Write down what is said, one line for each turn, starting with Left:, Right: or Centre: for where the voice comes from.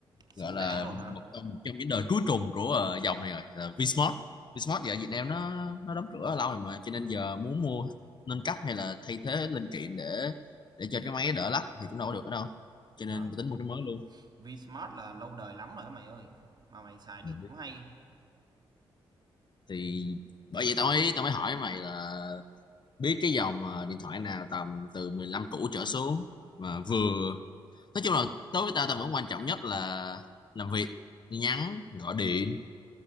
Right: Xứng
Left: gọi là
Right: đáng luôn hả?
Left: một trong một trong những đời cuối cùng của ờ, dòng này rồi là Vsmart Vsmart giờ ở Việt Nam nó nó đóng cửa lâu rồi mà cho nên giờ muốn mua nâng cấp hay là thay thế linh kiện để để cho cái máy đỡ lắc thì cũng đâu có được ở đâu cho nên
Right: Trời,
Left: tôi tính mua cái mới luôn
Right: Vsmart là lâu đời lắm rồi đó mày ơi. Mà mày xài được
Left: Ừ.
Right: cũng hay.
Left: thì bởi vậy tao mới tao mới hỏi mày là biết cái dòng ờ, điện thoại nào tầm từ 15 cũ trở xuống mà vừa
Right: ừ
Left: nói chung là đối với tao tao vẫn quan trọng nhất là làm việc nhắn gọi điện